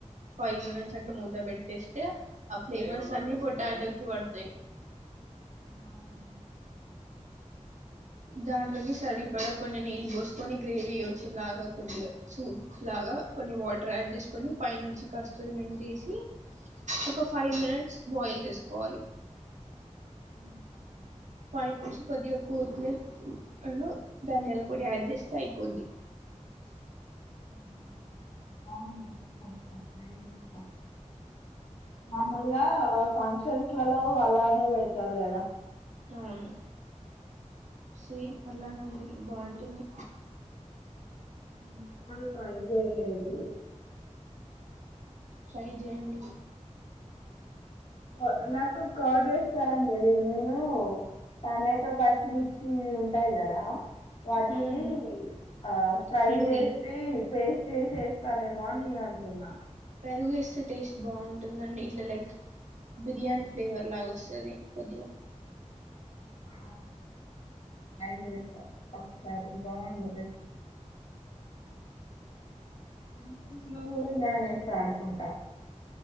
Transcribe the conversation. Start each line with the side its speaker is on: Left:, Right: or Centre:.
Right: ఫైవ్ మినిట్స్ అట్ల మూత పెట్టేస్తే, ఆ ఫ్లేవర్స్ అన్ని పొటాటోకిి పడ్తయి.
Left: అవునా
Right: దాంట్లోకి సరిపడ కొన్ని నీళ్ళు బోసుకొని గ్రేవీ వచ్చే లాగా కొద్దిగ సూప్ లాగ కొన్ని వాటర్ యాడ్ చేసుకొని పై నుంచి కస్తూరి మెంతి ఏసి, ఒక ఫైవ్ మినిట్స్ బాయిల్ చేసుకొ కొవాలి
Left: మ్మ్
Right: పైంట్ నుంచి కోత్మీర్ ను ధనియాల పొడి యాడ్ చేస్తే అయిపోద్ది
Left: మ్మూ బావున్నయి చేస్తా ట్రై చేస్తా నార్మల్గా ఫంక్షన్స్ ట్లలో అలానే పెడుతారు కదా
Right: అవును సేమ్ అలానే ఉంటుంది బావు టుంది
Left: మ్మ్ ఎప్పుడు ట్రై చెయ్యలేదు.
Right: ట్రై చెయ్యండి
Left: అ నాకు కర్డ్ వేస్తారు అని తెలియదు నేను టమాటో ప చ్చి మిర్చి ఉంటాయి కదా, వాటి
Right: మ్మ్.
Left: ఆ ఫ్రై
Right: ప్యూరీ
Left: చేస్తే పే చేసి ఏస్తారేమో అని నేను అనుకున్నా.
Right: పెరుగు ఏస్తే టేస్ట్ బాగుంటుందండి ఇట్ల లైక్ బిర్యానీ ఫ్లేవర్ లాగా వస్తది కొద్దిగా.
Left: ఆ అది చేస్తా ఒకసారి బాగున్నదే <inaudible> ఫంక్షన్స్ లో కూడా ఇలానే చేస్తారనుకుంటా.